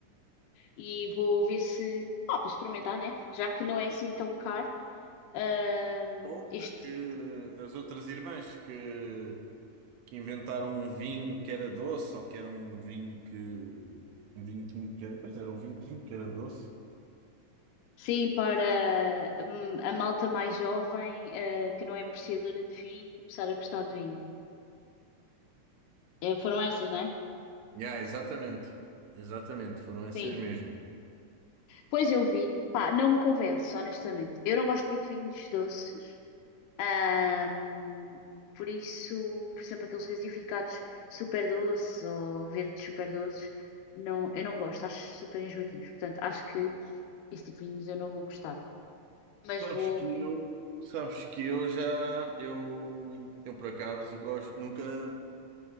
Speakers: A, on the left; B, on the right.
A: e vou ver se, ah, para experimentar, né? Já que não é assim tão caro, ahm,
B: Outra,
A: este,
B: que as outras irmãs que, que inventaram um vinho que era doce, ou que era um vinho que. Um vinho tinto que era. Pois era um vinho tinto que era doce.
A: sim, para hum, a malta mais jovem, eh, que não é apreciadora de vinho, começar a gostar de vinho. Eh, foram essas, né?
B: Yeah, exatamente. Exatamente, foram essas
A: Sim.
B: mesmo.
A: Pois eu vi. Pá, não me convence, honestamente. Eu não gosto muito de vinhos doces. ahm, por isso, por exemplo, aqueles gasificados super doces ou verdes super doces, não, eu não gosto, acho super enjoativo. Portanto, acho que esse tipo de vinhos eu não vou gostar. Mas
B: Sabes
A: vou.
B: que eu. Sabes que eu já. Eu, eu por acaso gosto. Nunca.